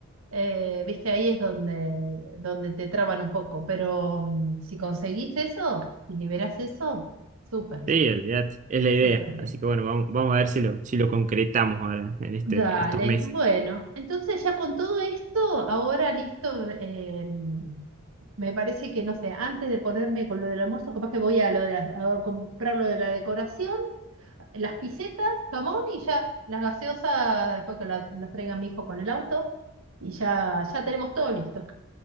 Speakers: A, on the right; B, on the right.
A: eh, viste, ahí es donde, donde te traban un poco, pero mm, si conseguís eso, si liberás eso, súper,
B: Sí, olvídate, es la idea.
A: súper bien.
B: Así que bueno, vamos, vamos a ver si lo, si lo concretamos ahora en este,
A: Dale,
B: estos meses.
A: bueno, entonces ya con todo esto, ahora listo, eh, mm, me parece que, no sé, antes de ponerme con lo del almuerzo, capaz que voy a, lo de, la- a comprar lo de la decoración. las pisetas, jamón y ya las gaseosas, después que la- las traiga mi hijo con el auto, y ya, ya tenemos todo listo.